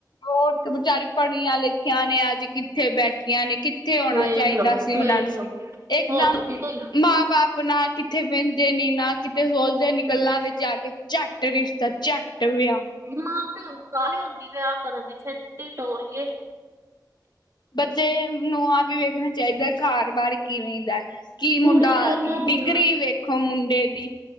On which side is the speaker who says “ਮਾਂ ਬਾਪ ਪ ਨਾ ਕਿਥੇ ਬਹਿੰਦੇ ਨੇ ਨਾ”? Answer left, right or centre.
Left